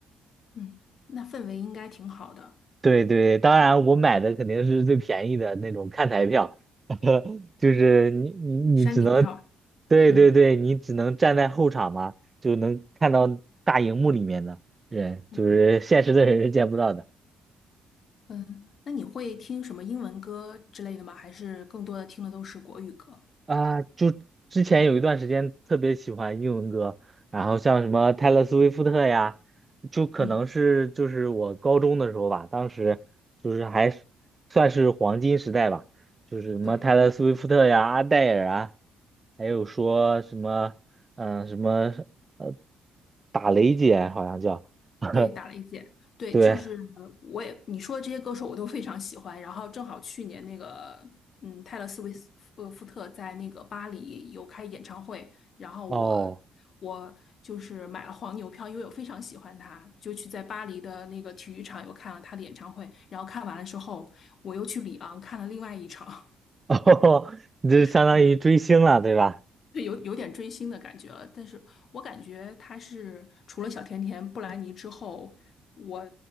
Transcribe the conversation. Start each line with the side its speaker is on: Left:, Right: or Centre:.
Left: 嗯，那氛围应该挺好的，
Right: 对对，当然我买的肯定是最便宜的那种看台票，<laughs> 就是你你你只能，
Left: 山顶票。
Right: 对对对，
Left: 嗯
Right: 你只能站在后场嘛，就能看到大荧幕里面的人，
Left: 嗯
Right: 就是现实的人是见不到的。
Left: 嗯，那你会听什么英文歌之类的吗？还是更多的听的都是国语歌？
Right: 啊，就之前有一段时间特别喜欢英文歌，然后像什么泰勒·斯威夫特呀，就可能是就是我高中的时候吧，
Left: 嗯，
Right: 当时就是还是算是黄金时代吧，就是什么泰勒·
Left: 对。
Right: 斯威夫特呀、阿黛尔啊，还有说什么嗯、呃什么呃打雷姐好像叫，<laughs>
Left: 对，打了一届。对，
Right: 对
Left: 就是我也你说的这些歌手我都非常喜欢。然后正好去年那个，嗯，泰勒·斯威夫呃福特在那个巴黎有开演唱会，然后我
Right: 哦
Left: 我就是买了黄牛票，因为我非常喜欢他，就去在巴黎的那个体育场又看了他的演唱会。然后看完了之后，我又去里昂看了另外一场。
Right: <laughs> 哦，你这相当于追星了对吧？
Left: <laughs> 对，有有点追星的感觉了，但是我感觉他是除了小甜甜、布兰妮之后，我